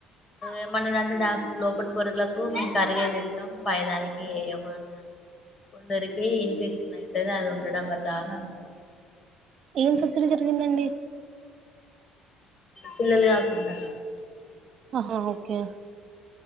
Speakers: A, on the left; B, on the right.
A: ఏమన్నాడంటే డాక్టర్ లోపలి పొరలకు మేము కరిగేది ఎత్తం పైదానికి వేయము. అని అ కొంతరీకి ఇన్ఫెక్షన్ ఆయితది అది ఉండడం వల్ల ఆని అన్నాడు
B: ఏం జరిగిందండి
A: పిల్లలు కాకుండా
B: ఆహా ఓకే